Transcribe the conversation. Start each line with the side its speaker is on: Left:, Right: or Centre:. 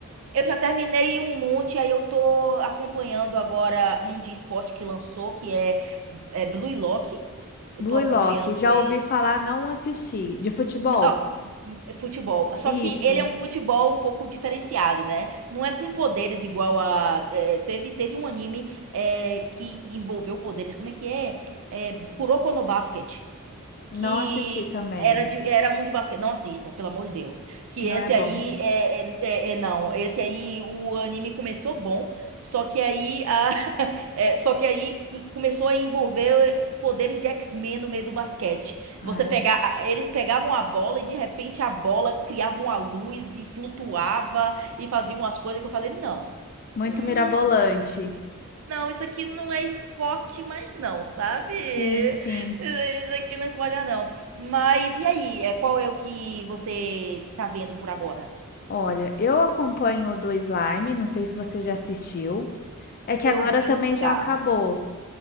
Right: Eu já terminei um monte, aí eu tô acompanhando agora um de esporte que lançou, que é, é Blue Lock. Eu
Left: Blue
Right: tô acompanhando
Left: Lock, já
Right: esse.
Left: ouvi falar, não assisti. De futebol?
Right: N- ó, é Futebol. Só
Left: Isso,
Right: que ele é um futebol um pouco diferenciado, né? Não é com poderes igual a. é, teve, teve um anime é, que envolveu poderes. Como é que é? É, Kuroko no Basket
Left: não
Right: que
Left: assisti também.
Right: era, de, era um de basquete. Não assista, pelo amor de Deus. Que
Left: Não
Right: esse
Left: é bom.
Right: aí é, é, é- é não. Esse aí o anime começou bom, só que aí a, <laughs> é, só que aí e- começou a envolver poderes de X-Men no meio do basquete.
Left: Ah,
Right: Você
Left: é.
Right: pegar, a- eles pegavam a bola e de repente a bola criava uma luz e flutuava e fazia umas coisas que eu falei, não.
Left: Muito
Right: hum,
Left: mirabolante.
Right: não, isso aqui não é esporte, mas não, sabe? <laughs>
Left: Sim, sim.
Right: Isso aqui não é esporte, mas não. Mas e aí? É, qual é o que você tá vendo por agora?
Left: Olha, eu acompanho o do Slime, não sei se você já assistiu. É que
Right: Eu
Left: agora
Right: vi
Left: também
Right: o mangá.
Left: já acabou,